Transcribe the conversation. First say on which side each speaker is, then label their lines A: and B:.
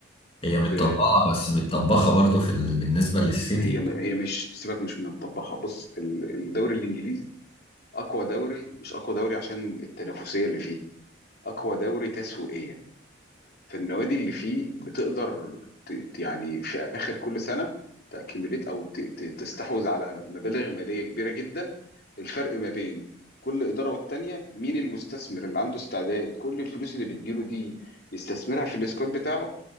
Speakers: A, on the left; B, on the left.
A: هي متطبقه
B: ب-
A: بس متطبخه برضه في ال... بالنسبه للسيتي
B: هي هي مش سيبك مش من مطبقها بص ال- الدوري الانجليزي اقوى دوري مش اقوى دوري عشان التنافسيه اللي فيه اقوى دوري تسويقيا فالنوادي اللي فيه بتقدر ت- ت- يعني في اخر كل سنه تاكيميليت او ت- ت- تستحوذ على مبالغ ماليه كبيره جدا الفرق ما بين كل اداره والتانيه مين المستثمر اللي عنده استعداد كل الفلوس اللي بتجيله دي يستثمرها في الاسكواد بتاعه